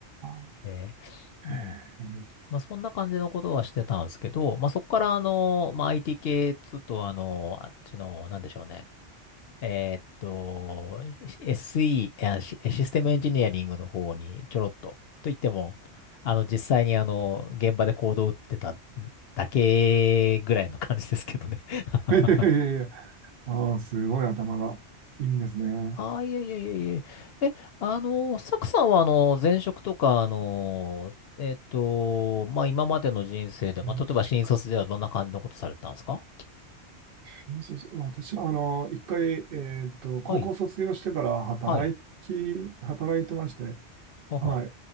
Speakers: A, on the right; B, on the left.
A: あ。
B: えーうん。
A: へえ
B: まあそんな感じのことはしてたんですけど、まあそこから、あの、まあ IT 系っつうと、あの、あっちの、なんでしょうね。えーっと、SE、あシシステムエンジニアリングの方にちょろっと、といっても、あの、実際にあの、現場でコードを打ってただけぐらいの感じですけどね。
A: <laughs> へへへへ。
B: <laughs>
A: ああ、すごい頭がいいんですね。
B: ああ、いえいえいえいえ。え、あの、サクさんはあの、前職とか、あの、えーっと、まあ、今までの人生で、
A: 転職
B: まあ、例えば新卒ではどんな感じのことされてたんですか
A: 転職私は、あの、一回、えっと、高校卒業してから働き、
B: はい。はい。
A: 働いてまして、
B: はは。
A: は